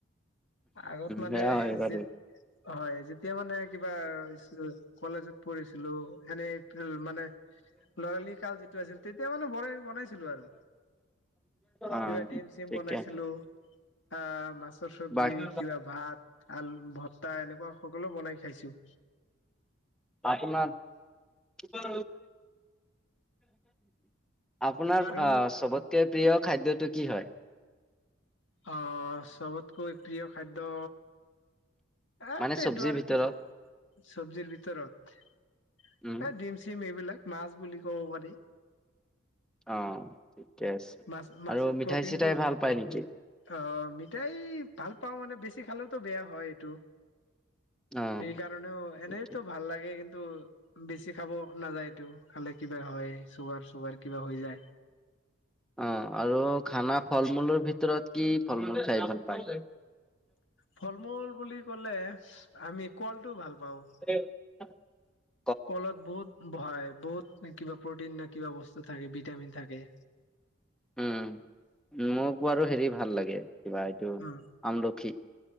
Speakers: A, on the left; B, in the centre.
A: আগত মানে
B: সেয়া হয় বাৰু।
A: যে হয় যেতিয়া মানে কিবা কলেজত পঢ়িছিলোঁ। এনেই তোৰ মানে লৰালি কাল যিটো আছিল তেতিয়া মানে বনাই বনাইছিলোঁ আৰু।
B: অ',
A: কিবা ডিম চিম
B: ঠিকে।
A: বনাইছিলোঁ আ মাছৰ চবজি
B: বাকী
A: কিবা ভাত। আলু ভত্তা এনেকুৱা সকলো বনাই খাইছোঁ।
B: আপোনাৰ <unintelligible> আপোনাৰ
A: আৰু
B: আ চবতকে প্ৰিয় খাদ্যটো কি হয়?
A: অ চবতকৈ প্ৰিয় খাদ্য। আ
B: মানে
A: এইটো
B: চব্জিৰ
A: আৰু
B: ভিতৰত
A: কি কম চব্জিৰ ভিতৰত।
B: উম
A: এ ডিম চিম এইবিলাক মাছ বুলি ক'ব পাৰি।
B: অ ঠিকে আছে
A: মাছ মাছত
B: আৰু মিঠাই
A: প্ৰটিনটো
B: চিঠাই ভাল পায় নেকি?
A: অ মিঠাই ভাল পাওঁ মানে বেছি খালেওতো বেয়া হয় এইটো।
B: অ
A: এই কাৰণেও এনেইতো
B: ঠিকে।
A: ভাল লাগে কিন্তু টো বেছি খাব নাযায় এইটো খালে কিবা হয় চুগাৰ চুগাৰ কিবা হৈ যায়।
B: অ আৰু খানা ফল মূলৰ ভিতৰত কি ফল মূল খাই ভাল পায়?
A: ফল মূল বুলি ক'লে আমি কলটো ভাল পাওঁ
B: <unintelligible> <unintelligible>
A: কলত বহুভয় বহুত কিবা প্ৰটিন না কিবা বস্তু থাকে ভিটামিন থাকে।
B: উম মোক বাৰু হেৰি ভাল লাগে কিবা এইটো
A: উম
B: আমলখি।